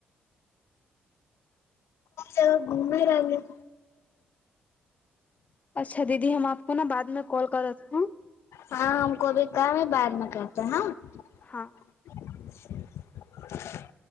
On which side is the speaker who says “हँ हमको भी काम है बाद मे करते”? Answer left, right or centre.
Left